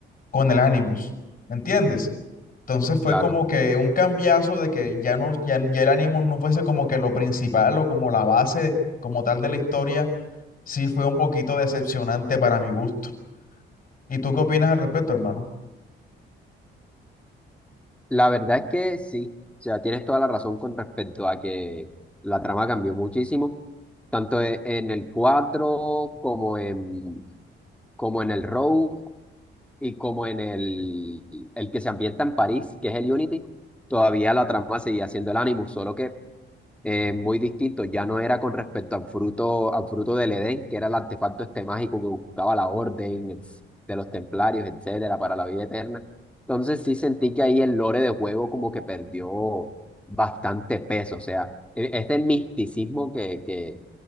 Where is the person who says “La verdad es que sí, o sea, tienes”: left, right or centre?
Centre